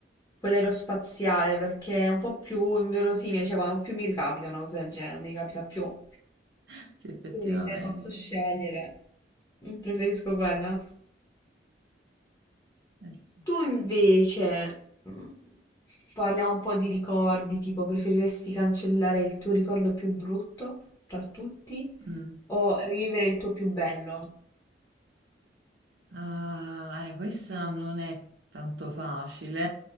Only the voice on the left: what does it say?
quell'aerospaziale perché è un po' più inverosimile, cioè quando più mi ricapita una cosa del genere, mi ricapita più.
Quindi se posso scegliere, preferisco quella.
Tu invece, mm, parliamo un po' di ricordi, tipo preferiresti cancellare il tuo ricordo più brutto tra tutti
o rivivere il tuo più bello?